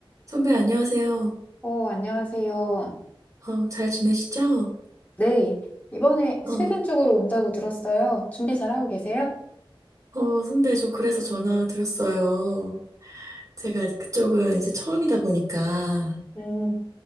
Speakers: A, on the right; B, on the left.
A: 선배, 안녕하세요.
B: 어, 안녕하세요.
A: 어, 잘 지내시죠?
B: 네, 이번에
A: 어,
B: 스웨덴 쪽으로 온다고 들었어요. 준비 잘하고 계세요?
A: 어, 선배, 저 그래서 전화 드렸어요. 제가 그쪽은 이제 처음이다 보니까,
B: 음,